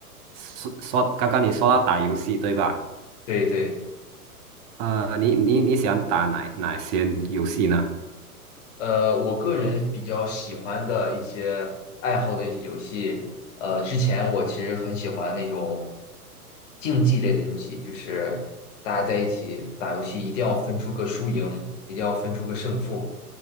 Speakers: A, on the right; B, on the left.
A: 说说刚刚你说到打游戏对吧？
B: 对对，
A: 呃，你你你喜欢打哪哪些游戏呢？
B: 呃，我个人比较喜欢的一些爱好的一些游戏，呃，之前我其实很喜欢那种竞技类的游戏，就是大家在一起打游戏，一定要分出个输赢，一定要分出个胜负。